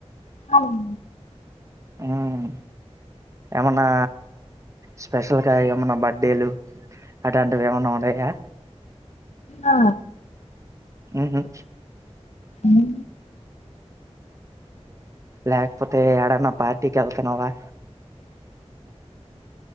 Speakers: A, on the left; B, on the right.
A: అవును
B: మ్మ్ ఏమన్నా స్పెషల్గా ఏమన్నా బర్త్డేలు అలాంటివి ఏమైనా ఉన్నాయా
A: ఆ
B: మ్మ్ హ్మ్
A: మ్మ్
B: లేకపోతే ఎడన్నా పార్టీకి వెళ్తాన్నావా